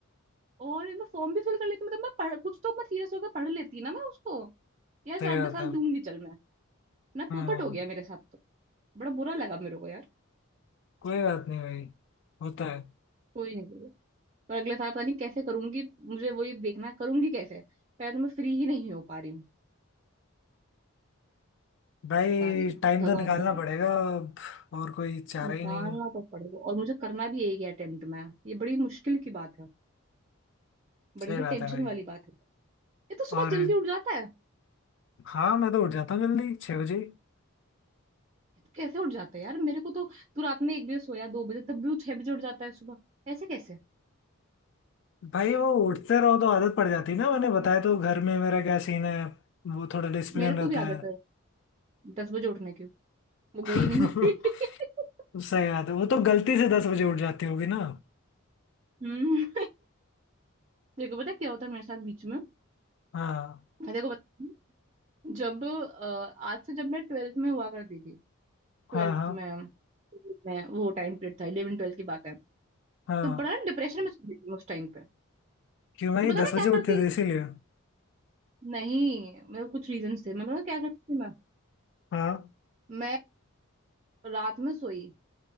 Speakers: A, on the right; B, on the left.
A: और मैं फॉर्म भी फिल कर लेती मतलब मैं पढ़ कुछ तो मैं सीरियस होकर पढ़ लेती ना मैं उसको यार
B: सही
A: साल
B: बात
A: साल
B: है
A: दूंगी चल मैं ना
B: हाँ
A: पोपट हो गया मेरे साथ तो बड़ा बुरा लगा मेरे को यार
B: कोई बात नहीं भाई होता है
A: कोई नहीं करेगा पर अगले साल पता नहीं कैसे करूंगी मुझे वही देखना है करूंगी कैसे पहले तो मैं फ्री ही नहीं हो पा रही हूँ
B: भाई
A: पता नहीं
B: टाइम
A: भगवान
B: तो निकालना
A: जाने
B: पड़ेगा अब, और कोई चारा
A: निकालना
B: ही नहीं है।
A: तो पड़ेगा और मुझे करना भी एक ही अटेम्प्ट में है। ये बड़ी मुश्किल की बात है बड़ी
B: सही
A: ही
B: बात
A: टेंशन
B: है भाई
A: वाली बात है ये तो सुबह
B: और
A: जल्दी उठ जाता है
B: हाँ मैं तो उठ जाता हूँ जल्दी छः बजे
A: ये तो कैसे उठ जाता है यार मेरे को तो तू रात में एक बजे सोया दो बजे तब भी वो छह बजे उठ जाता है सुबह ऐसे कैसे
B: भाई वो उठते रहो तो आदत पड़ जाती है ना मैंने बताया तो घर में मेरा क्या सीन है वो थोड़ा डिसिप्लिन
A: मेरे
B: रहता
A: को भी आदत
B: है
A: है दस बजे उठने की वो
B: <laughs>
A: गई नहीं मेरी <laughs>
B: सही बात है वो तो गलती से दस बजे उठ जाती होगी ना
A: हम्म देखो पता है क्या होता है मेरे साथ बीच में
B: हाँ
A: मैं देखो बता जब अ, आज से जब मैं ट्वेल्थ में हुआ करती थी ट्वेल्थ
B: हाँ हाँ
A: में में वो टाइम पीरियड था इलेवन ट्वेल्थ की बात है
B: हाँ
A: तो बड़ा डिप्रेशन में चली गई मैं उस टाइम पे
B: क्यों भाई
A: तो पता है
B: दस
A: मैं क्या
B: बजे उठते
A: करती
B: थे इसीलिए
A: नहीं मतलब कुछ रीजन थे मैं पता है क्या करती थी मैं
B: हाँ
A: मैं रात में सोई